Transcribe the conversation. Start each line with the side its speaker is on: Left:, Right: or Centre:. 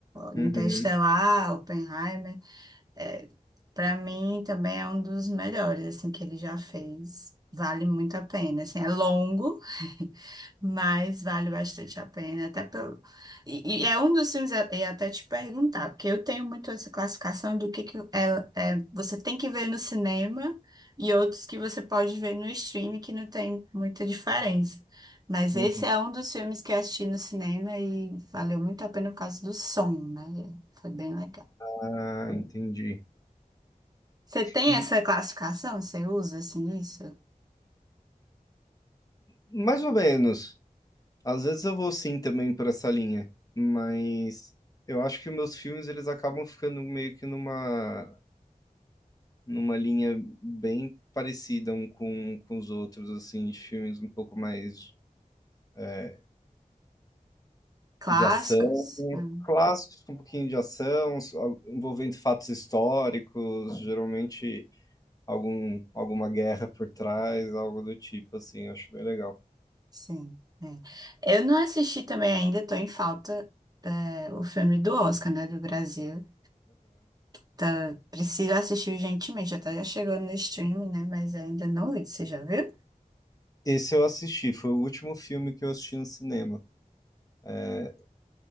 Left: Uhum.
Right: Interestelar, Oppenheimer. É, para mim também é um dos melhores assim que ele já fez. Vale muito a pena. Assim, é longo, mas vale bastante a pena, até pelo. E, e é um dos filmes, é, eu ia até te perguntar, porque eu tenho muito essa classificação do que, que é, é- você tem que ver no cinema e outros que você pode ver no streaming, que não tem muita diferença. Mas
Left: Uhum.
Right: esse é um dos filmes que eu assisti no cinema e valeu muito a pena por causa do som, né? Foi bem legal.
Left: Ah, entendi.
Right: Você tem
Left: E
Right: essa classificação? Você usa assim isso?
Left: mais ou menos. Às vezes eu vou sim também por essa linha, mas eu acho que meus filmes eles acabam ficando meio que numa numa linha bem parecida um com, com os outros, assim, de filmes um pouco mais é,
Right: Clássicos?
Left: de ação,
Right: Ah.
Left: clássicos com um pouquinho de ação, so- envolvendo fatos históricos, geralmente algum, alguma guerra por trás, algo do tipo, assim, eu acho bem legal.
Right: Sim. é. Eu não assisti também ainda, tô em falta é, o filme do Oscar, né, do Brasil. Tá, preciso assistir urgentemente, já tá já chegando no streaming, né, mas ainda não vi. Você já viu?
Left: Esse eu assisti, foi o último filme que eu assisti no cinema. É,